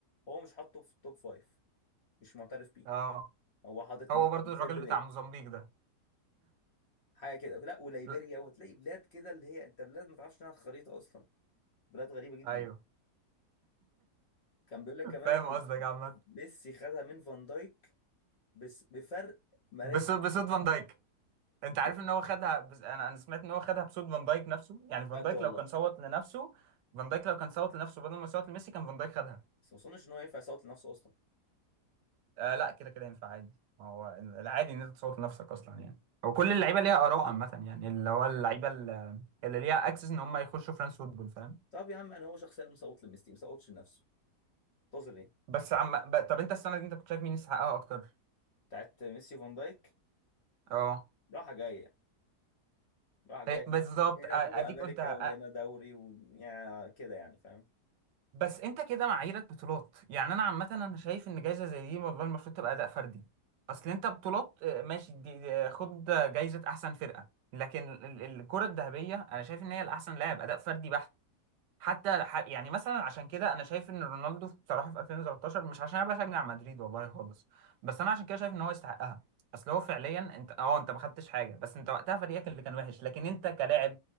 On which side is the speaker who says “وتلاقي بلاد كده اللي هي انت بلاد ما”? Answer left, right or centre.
Left